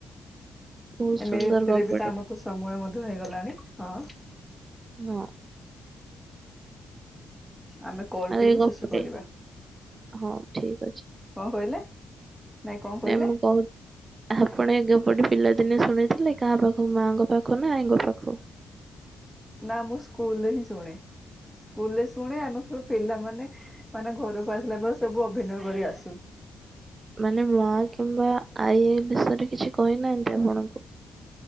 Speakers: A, on the right; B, in the centre.
A: ବହୁତ
B: ଏମେ
A: ସୁନ୍ଦର
B: ଏଥିରେ
A: ଗପଟେ
B: ବି ତ ଆମର ତ ସମୟ ମଧ୍ୟ ହେଇଗଲାଣି ହଁ।
A: ହଁ।
B: ଆମେ କଲ
A: ଆଉ
B: ଟିକୁ
A: ଏଇ ଗପଟେ
B: ଶେଷ କରିବା।
A: ହଁ ଠିକ୍।
B: କଣ କହିଲେ? ନାଇଁ କଣ କହିଲେ
A: ନାଇ ମୁଁ କହୁ ଆପଣ ଏ ଯୋଉ ଗୋଟେ ପିଲାଦିନେ ଶୁଣିଥିଲେ କାହା ପାଖ ମାଆଙ୍କ ପାଖକୁ ନା ଆଇଙ୍କ ପାଖ
B: ନା ମୁଁ ସ୍କୁଲରେ ହିଁ ଶୁଣେ ସ୍କୁଲରେ ଶୁଣେ ଆମେ ସବୁ ପିଲାମାନେ ମାନେ ମାନେ ଘରକୁ ଆସିଲା ପରେ ସବୁ ଅଭିନୟ କରି ଆସୁ।
A: ମାନେ ମାଲଖୀ କିମ୍ବା ଆଇଆଇ ବିଷୟରେ କିଛି କହିନାହାନ୍ତି ଆପଣଙ୍କୁ।